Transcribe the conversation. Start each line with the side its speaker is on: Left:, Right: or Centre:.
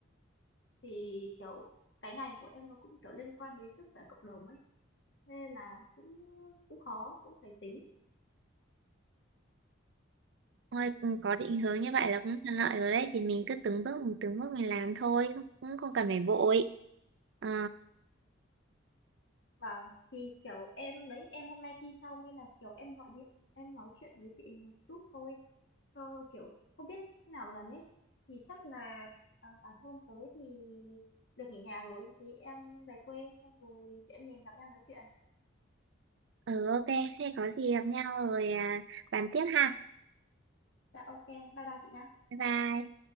Left: thì kiểu cái ngành của em nó cũng kiểu liên quan đến sức khỏe cộng đồng ấy nên là cũng cũng khó cũng phải tính
Right: Thôi ừ, có định hướng như vậy là cũng thuận lợi rồi đấy. Thì mình cứ từng bước mình từng bước mình làm thôi, không- cũng không cần phải vội. Ờ,
Left: Vâng, thì kiểu em đấy, em hôm nay thi xong nên là kiểu em gọi điện, em nói chuyện với chị một chút thôi, cho kiểu không biết thế nào một lần ấy. Thì chắc là à, phải hôm tới thì được nghỉ hè rồi, thì em về quê, xong rồi chị em mình gặp nhau nói chuyện.
Right: ừ ok, thế có gì gặp nhau rồi à, bàn tiếp ha.
Left: Dạ ok, bye bye chị nhá.
Right: Bye bye.